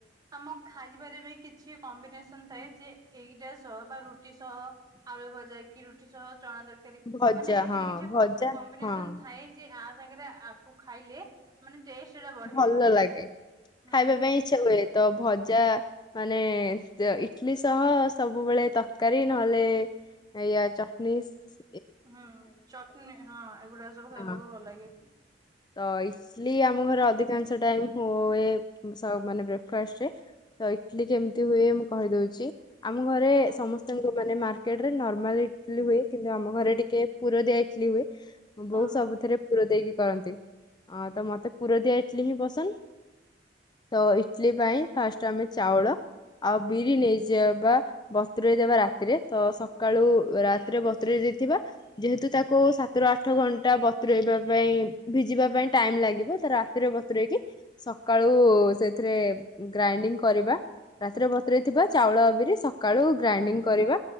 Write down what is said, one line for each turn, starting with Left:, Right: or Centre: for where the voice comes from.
Right: ଆମ ଖାଇବାରେ ବି କିଛି କମ୍ବିନେସନ ଥାଏ ଯେ ଏଇଟା ସହ ବା ରୁଟି ସହ ଆଳୁ ଭଜା କି ରୁଟି ସହ ଚଣା ତରକାରୀ
Left: ଭଜା
Right: ମାନେ ଏମିତି
Left: ହଁ
Right: କିଛି
Left: ଭଜା
Right: କମ୍ବିନେସନ
Left: ହଁ
Right: ଥାଏ ଯେ ସାଙ୍ଗରେ ଆକୁ ଖାଇଲେ ମାନେ ଟେଷ୍ଟ ଟା ବଢେ,
Left: ଭଲ ଲାଗେ
Right: ହୁଁ।
Left: ଖାଇବା ପାଇଁ ଇଚ୍ଛା ହୁଏ ତ ଭଜା ମାନେ ଯେ ଇଟଲିି ସହ ସବୁବେଳେ ତକାରୀ ନହେଲେ ଇଏ ଚଟନୀସ
Right: ହଁ ଚଟନି ହଁ ଏଗୁଡା ସବୁ
Left: ହଁ।
Right: ଖାଇବାକୁ ଭଲ ଲାଗେ।
Left: ତ ଇସ୍ ସ୍ଲି ଆମ ଘର ଅ ଟାଇମ୍ ହଏ ସ-ମାନେ ବ୍ରେକଫାଷ୍ଟରେ ତ ଇଟଲି ଯେମିତି ହୁଏ ମୁଁ କହିଦଉଚି। ଆମ ଘରେ
Right: ହଁ
Left: ସମସ୍ତଙ୍କୁ ମାନେ ମାର କେଟ୍ ରେ ନର୍ମାଲ୍ ଇଟଲି ହୁଏ, କିନ୍ତୁ ଆମ ଘରେ ଟିକେ ପୁରଦିଆ ଇଟଲି ହୁଏ।
Right: ହଁ
Left: ବୋଉ
Right: ହଁ
Left: ସବୁଥିରେ ପୁର ଦେଇକି କରନ୍ତି ଅଁ, ତ ମୋତେ ପୁର ଦିଆ ଇ ଇଟଲି ହିଁ ପସନ୍ଦ ତ ଇଟଲି ପାଇଁ ଫାଷ୍ଟ ଆମେ ଚାଉଳ ଆଉ ବିରି ନେଇ ଜେବା ବତୁରେଇ ଦେବା ରାତିରେ ତ ସକାଳୁ ରାତିରେ ବତୁରେଇ ଦେଇଥିବା ଯେହେତୁ ତାକୁ ସାତରୁ ଆଠ ଘଣ୍ଟା ବତୁରେଇବା ପାଇଁ ଭିଜିବା ପାଇଁ ଟାଇମ୍ ଲାଗିବ। ତିରେ ବତୁରେଇକି ସକାଳୁ ସେଥିରେ ଗ୍ରାଇଣ୍ଡିଙ୍ଗ କରିବା ରାତିରେ ବତୁରେଇ ଥିବା ଚାଉଳ ବି ଯେ ସକାଳୁ ଗ୍ରାଇଣ୍ଡିଙ୍ଗ କରିବା,